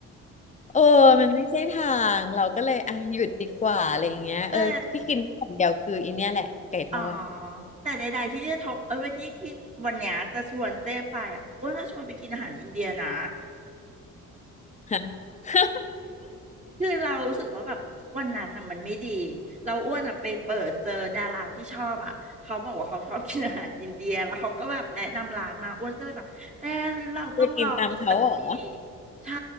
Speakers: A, on the left; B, on the right.
A: เออมันไม่ใช่ทางเราก็เลยอ่ะหยุดดีกว่าอะไรอย่างเงี้ยเออที่กินที่อย่างเดียวคืออีเนี่ยแหละไก่ทอด
B: แต่อ๋อแต่ใดๆที่จะทกเอ้ยที่ที่วันเนี้ยจะชวนเจ๊ไปอ่ะอ้วนจะชวนไปกินอาหารอินเดียนะ
A: ฮะ <laughs>
B: คือเรารู้สึกว่าแบบวันนั้นอ่ะมันไม่ดีเราอ้วนอ่ะไปเปิดเจอดาราที่ชอบอ่ะเขาบอกว่าเขาชอบกินอาหารอินเดียแล้วเขาก็แบบแนะนำร้านมาอ้วนก็เลยแบบเออหรือเราต้องลองอีกสักที
A: จะกินตามเขาเหรอ
B: ใช่